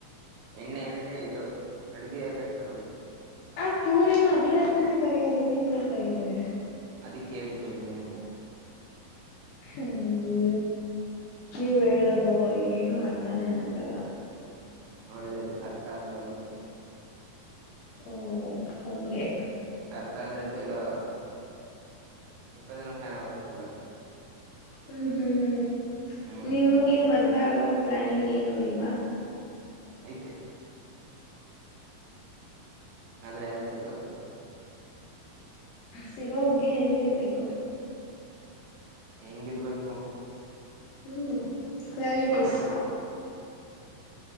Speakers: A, on the right; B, on the left.
A: ಎಣ್ಣೆ ಅಂದ್ರೆ ಇದು ಅಡ್ಗೆ ಯಾಕೆ ಹಕ್ತಾರಲ್ವಾ
B: ಆ ಪೂರಿನ ಅದ್ರಲ್ಲೇ ತಾನೇ ಕರಿದ ಇನ್ನಂದ್ರ ಕರೀತಾರೆ
A: ಅದಿಕ್ ಕೇಳಿದ್ದ ಎಣ್ಣೆ ಅಂತ
B: ಹ್ಮ ನೀ ನೀವ್ ಹೇಳದು ಏನು ಆರ್ತಾನೆ ಆಗಲ್ಲ
A: ಒಳ್ಳೇದು ಅರ್ಥ ಆಗ್ಬಾರ್ದು
B: ಓ ಹಂಗೇ
A: ಅರ್ಧ ಆದ್ರೆ ಬೇಗವಾ ಉಪೇಂದ್ರ ಸಾಂಗ್ ಹೋಗ್ತಿರಲ್ಲ
B: ಹ್ಮ್ ಹ್ಮ್ ಹ್ಮ್
A: ಹ್ಮ್
B: ನಿಮ್ಗೆ ಮದ್ವೆ ಆಗೋ ಪ್ಲಾನಿಂಗ್ ಏನು ಇಲ್ವಾ
A: ಐತೆ ಆದ್ರೆ ಯಾರ ಸಿಗದು
B: ಸಿಗೋ ಹುಡ್ಗಿ ಹೆಂಗಿರ್ಬೇಕು
A: ಹೆಂಗಿರ್ಬೇಕು
B: ಹ್ಮ್ ಕ್ವಾಲಿಟೀಸ್
A: ಚೆನ್ನಾಗಿರ್ಬೇಕು